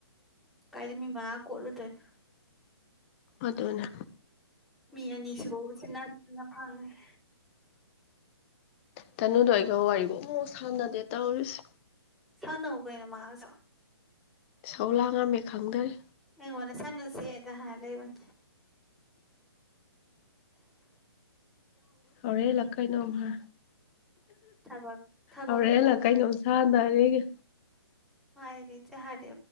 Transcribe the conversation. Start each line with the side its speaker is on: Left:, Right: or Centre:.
Centre: ꯀꯥꯏꯗꯒꯤ ꯃꯤ ꯃꯉꯥ ꯀꯣꯠꯂꯨꯗꯣꯏꯅꯣ
Left: ꯑꯗꯨꯅ
Centre: ꯃꯤ ꯑꯅꯤꯁꯤꯕꯨ ꯎꯆꯤꯟ ꯅꯥꯆꯤꯟꯅ ꯐꯪꯒꯦ
Left: ꯇꯥꯅꯨꯗꯣ ꯑꯩꯒ ꯋꯥꯔꯤꯕꯨ ꯑꯃꯨꯛ ꯁꯥꯅꯗꯦ ꯇꯧꯔꯤꯁꯦ
Centre: ꯁꯥꯅꯧ ꯒꯣꯏꯌꯦ ꯃꯥꯒꯁꯨ
Left: ꯏꯁꯧ ꯂꯥꯡ ꯉꯝꯃꯦ ꯈꯪꯗꯔꯦ
Centre: ꯀꯣꯟꯅ ꯁꯥꯅꯁꯦꯗ ꯍꯥꯏ ꯂꯩꯕꯅꯦ
Left: ꯍꯧꯔꯦꯜꯂ ꯀꯩꯅꯣꯝꯃ
Centre: ꯊꯕꯛ ꯊꯕꯛꯇꯣ
Left: ꯍꯧꯔꯦꯜꯂ ꯀꯩꯅꯣꯝ ꯁꯥꯟꯗꯔꯦ ꯑꯩꯒꯤ
Centre: ꯃꯥꯥꯏꯔꯦꯟ ꯆꯦꯔꯦ